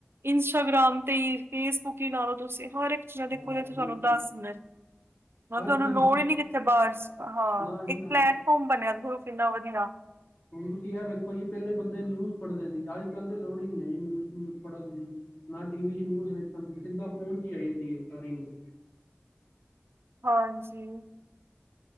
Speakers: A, on the right; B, on the left.
A: ਇੰਸਟਾਗ੍ਰਾਮ ਤੇ ਹੀ, ਫੇਸਬੁੱਕ ਹੀ ਲਾ ਲਓ ਤੁਸੀਂ, ਹਰ ਇੱਕ ਜਣੇ
B: ਹਾਂ
A: ਕੋਲ ਸਾਨੂੰ
B: ਬਿਲਕੁਲ
A: ਟਸ ਹੁੰਦਾ ਮਤਲਬ
B: ਹਰ ਚੀਜ਼
A: ਲੋੜ ਹੀ ਨੀ ਕਿੱਥੇ ਬਸ, ਹਾ
B: ਨਾ ਜੀ
A: ਇੱਕ
B: ਨਾ
A: ਪਲੈਟਫਾਰਮ ਬਣਿਆ, ਦੇਖੋ ਕਿੰਨਾ ਵਧੀਆ
B: ਹੁਣ ਤੁਸੀਂ ਇਹ ਵੇਖੋ ਜੀ, ਪਹਿਲੇ ਬੰਦੇ ਨਿਊਜ਼ ਪੜ੍ਹਦੇ ਸੀ। ਅੱਜ- ਕੱਲ੍ਹ ਤੇ ਲੋੜ ਹੀ ਨਈ ਹੈਗੀ ਨਿਊਜ਼- ਨਿਊਜ਼ ਪੜ੍ਹਨ ਦੀ ਨਾ, ਟੀ- ਵੀ 'ਚ ਨਿਊਜ਼ ਵੇਖਣ ਦੀ, ਸਿੱਧਾ ਫ਼ੋਨ 'ਚ ਹੀ ਆ ਜਾਂਦੀ ਏ ਸਾਰੀ ਨਿਊਜ਼
A: ਹਾਂਜੀ!